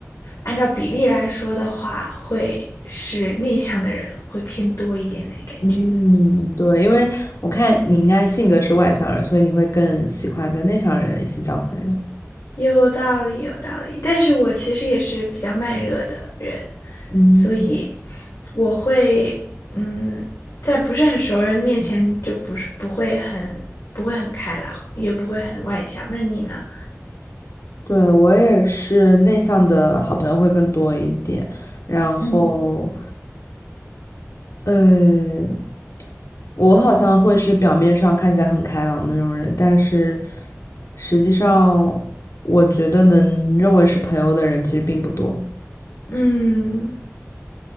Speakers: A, on the left; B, on the left.
A: 按照比例来说的话，会是内向的人会偏多一点那感觉。
B: 嗯，对，因为我看你应该性格是外向人，所以你会更喜欢跟内向人一起交朋友。
A: 有道理，有道理。但是我其实也是比较慢热的人，
B: 嗯，
A: 所以我会，嗯，在不是很熟人的面前就不是不会很不会很开朗，也不会很外向。那你呢？
B: 对，我也是内向的好朋友会更多一点，然后，
A: 嗯
B: 呃，我好像会是表面上看起来很开朗的那种人，但是实际上，我觉得能认为是朋友的人其实并不多。
A: 嗯，